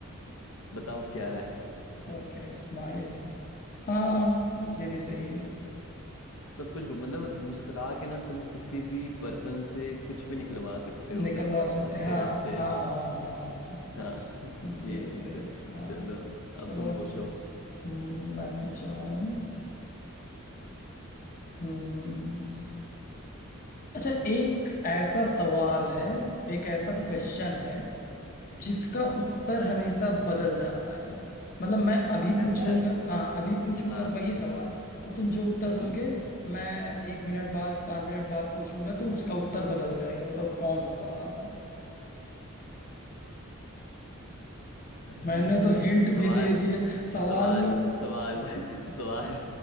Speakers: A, on the left; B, on the left.
A: बताओ क्या है
B: बताओ क्या स्माइल हाँ
A: हम्म
B: ये भी सही है
A: सब कुछ मतलब मुस्कुरा के ना तुम किसी भी पर्सन से कुछ भी निकलवा सकते हो
B: निकलवा सकते
A: हंसते
B: हैं हाँ
A: हंसते
B: हाँ हाँ हाँ हाँ हाँ,
A: हाँ <laughs>
B: ये
A: ये चीज
B: सही
A: है
B: था
A: चलो
B: चलो
A: अब तुम पूछो
B: हम्म, मैं पूछ रहा हूँ हम्म, अच्छा एक ऐसा सवाल है एक ऐसा
A: हम्म
B: क्वेश्चन है जिसका
A: हाँ
B: उत्तर हमेशा बदल जाता है मतलब मैं अभी
A: ऐसा
B: पूछूंगा
A: है
B: हाँ अभी पूछूंगा
A: हाँ
B: वही सवाल तो तुम जो उत्तर
A: हम्म
B: दोगे मैं एक मिनट बाद पांच मिनट बाद पूछूंगा तो उसका उत्तर बदल जाएगा बताओ कौन सा सवाल है
A: हाँ,
B: मैंने तो हिंट
A: सवाल
B: भी दे दिया सवाल
A: सवाल
B: में
A: सवाल <laughs> सवाल